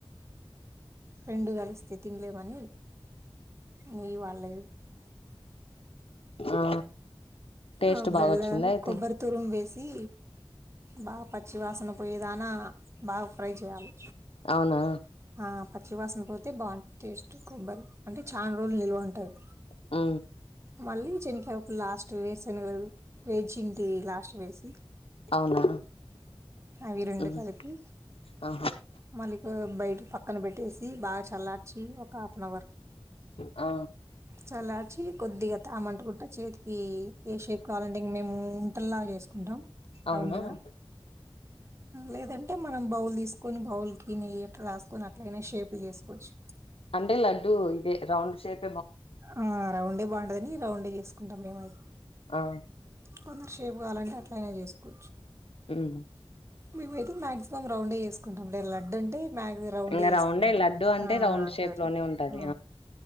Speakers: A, on the right; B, on the left.
A: రెండు కలిస్తే తినలేమని నెయ్యి వాళ్ళేద్
B: ఆ టేస్ట్
A: ఆ బెల్లం
B: బాగా వచ్చిందా అయితే
A: కొబ్బరి తురుం వేసి బాగా పచ్చి వాసన పోయేదానా బాగా ఫ్రై చేయ్యాలి
B: అవునా
A: ఆ పచ్చి వాసన పోతే బాగుంటది టేస్ట్ కొబ్బరి అంటే చాలా రోజులు నిల్వ ఉంటుంది
B: ఊ
A: మళ్ళీ చింకావు లాస్ట్ వేసన్ వేచింటి లా ంచ్ వేసీ
B: అవునా
A: అవి రెండు
B: హ్మ్
A: కలిపి
B: ఆహా
A: మళ్లీ భయట పక్కన పెట్టేసి ఈ బాగా చల్లార్ చీ ఒక ఆఫ్నవర్
B: ఆ
A: చల్లార్చి, కొద్దిగా తామంటకుంట చేతికి, ఈ ఏ షేప్ కావాలంటే మేము ఉంటలా చేసుకుంటాం
B: అవునా
A: రౌండు గా,
B: ఉమ్
A: లేదంటే మనం బౌల్ తీసుకొని. బౌల్ కి నెయ్యి ఎట్లా రాసుకొని అట్లయినా షేప్ చేసుకోవచ్చు,
B: అండే లడ్డు ఇదే రౌండ్ షేప్,
A: ఆ రౌండే బాగుంటది, అన్ని రౌండ్ చేసుకుంటాం మేము అయితే,
B: ఆ
A: కొందరు షేపు కావాలంటే అట్ల అనే చేసుకో,
B: ఉమ్
A: మేమైతే మాక్సిమం రౌండే చెసుకుంటాం, <inaudible> లే లడ్డు అంటే, మ్యాగ్
B: ఇంకా
A: చేసుకుంటాం.
B: రౌండే లడ్డుూ అంటే
A: ఆ!
B: రౌండ్
A: అంటారు.
B: షేప్ లోనే ఉంటది,
A: ఆ!